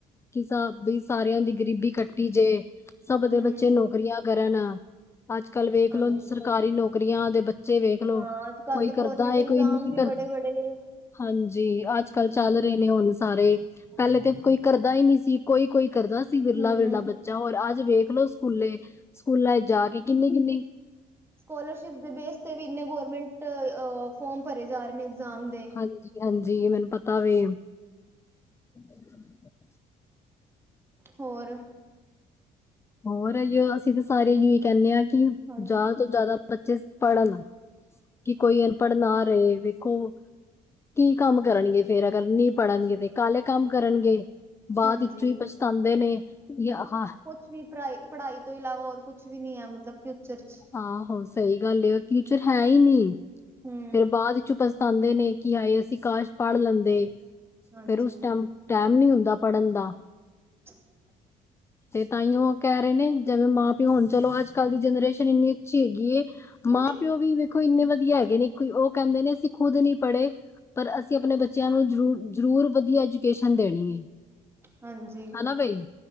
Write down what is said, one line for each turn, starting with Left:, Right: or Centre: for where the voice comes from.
Left: ਕੀ ਸਾਬੀ ਸਾਰਿਆਂ ਦੀ ਗਰੀਬੀ ਕੱਟੀ ਜੇ ਸਭ ਦੇ
Right: ਹੂੰ,
Left: ਬੱਚੇ ਨੌਕਰੀਆਂ ਕਰਨ। ਅੱਜ ਕੱਲ ਵੇਖਲੋ
Right: ਹਾਂਜੀ,
Left: ਸਰਕਾਰੀ ਨੌਕਰੀਆਂ ਦੇ ਬੱਚੇ ਵੇਖਲੋ
Right: ਹਾਂ ਅੱਜ-ਕੱਲ੍ਹ
Left: ਕੋਈ
Right: ਤੇ
Left: ਕਰਦਾ
Right: ਗੌਰਮੈਂਟ
Left: ਏ
Right: ਇਗਜ਼ਾਮ
Left: ਕੋਈ ਨੀ ਕਰ
Right: <inaudible>
Left: ਹਾਂਜੀ ਅੱਜ ਕੱਲ ਚੱਲ ਰੇ ਨੇ ਹੁਣ ਸਾਰੇ
Right: ਹਾਂਜੀ,
Left: ਪੈਲੇ ਤੇ ਕੋਈ ਕਰਦਾ ਈ ਨੀ ਸੀ ਕੋਈ-ਕੋਈ ਕਰਦਾ ਸੀ ਵਿਰਲਾ-ਵਿਰਲਾ
Right: ਹੂੰ,
Left: ਬੱਚਾ ਹੋਰ ਅੱਜ ਵੇਖ ਲੋ ਸਕੂਲੇ। ਸਕੂਲਾਂ ਜਾ ਕੇ ਕਿੰਨੀ-ਕਿੰਨੀ
Right: ਸਕੋਲਰਸ਼ਿਪ ਦੇ ਬੇਸਤੇ ਵੀ ਇੰਨੇ ਗੌਰਮੈਂਟ ਅ ਫੋਰਮ ਭਰੇ ਜਾ ਰੇ ਨੇ ਇਗਜ਼ਾਮ ਦੇ।
Left: ਹਾਂਜੀ-ਹਾਂਜੀ ਮੈਨੂੰ ਪਤਾ ਵੇ। <unintelligible>
Right: ਹੋਰ?
Left: ਹੋਰ ਏਈਓ ਅਸੀਂ ਤਾਂ ਸਾਰੇ ਏਈਓ ਕੈਂਦੇ ਆ ਕੀ
Right: ਹਾਂਜੀ,
Left: ਜਾਦਾ ਤੋਂ ਜਾਦਾ ਬੱਚੇ ਪੜ੍ਹਨ ਕੀ ਕੋਈ ਅਨਪੜ੍ਹ ਨਾ ਰਏ। ਕੋ ਕੀ ਕੰਮ ਕਰਨਗੇ ਫੇਰ ਅਗਰ ਨਈ ਪੜ੍ਹਨਗੇ ਤੇ। ਕਾਲੇ ਕੰਮ ਕਰਨਗੇ ਬਾਦ
Right: ਹਾਂਜੀ।
Left: ਵਿੱਚ ਈ ਪਛਤਾਂਦੇ ਨੇ ਵਿਚ ਆਹ
Right: ਕੁੱਛ ਵੀ ਪ੍ਰਾਈ ਪੜ੍ਹਾਈ ਤੋਂ ਇਲਾਵਾ ਹੋਰ ਕੁੱਛ ਵੀ ਨੀ ਐ ਮਤਲਬ ਫਿਊਚਰ ਚ।
Left: ਹਾਂ ਹੋ ਸਈ ਗੱਲ ਅ ਫਿਊਚਰ ਹੈ ਈ ਨੀ
Right: ਹੂੰ,
Left: ਫੇਰ ਬਾਦ ਚ ਪ ਤਾਂਦੇ ਨੇ ਕਿ ਹਾਏ ਅਸੀਂ ਕਾਸ਼ ਪੜ੍ਹ ਲੈਂਦੇ
Right: ਹਾਂਜੀ।
Left: ਫੇਰ ਉਸ ਟੈਮ ਟੈਮ ਨੀ ਹੁੰਦਾ ਪੜ੍ਹਨ ਦਾ।
Right: <inaudible>
Left: ਤੇ ਤਾਂਈਓ ਕੈ ਰੇ ਨੇ ਜਿਵੇਂ ਮਾਂ ਪਿਓ ਹੁਣ ਚਲੋ ਅੱਜ ਕੱਲ ਦੀ ਜਨਰੇਸ਼ਨ ਇੰਨੀ ਅੱਛੀ ਹੈਗੀ ਏ।
Right: ਹੂੰ,
Left: ਮਾਂ -ਪਿਓ ਵੀ ਵੇਖੋ ਇੰਨੇ ਵਧੀਆ ਹੈਗੇ ਨੇ ਕੋਈ ਓ ਕੈਂਦੇ ਨੇ ਅਸੀਂ ਖੁਦ ਨੀ ਪੜ੍ਹੇ ਪਰ ਅਸੀਂ ਆਪਣੇ ਬੱਚਿਆਂ ਨੂੰ ਜਰੂਰ-ਜਰੂਰ ਵਧੀਆ ਐਜੂ ਕੇਸ਼ਨ ਦੇਣੀ ਏ
Right: ਹਾਂਜੀ।
Left: ਹਨਾ ਬਾਈ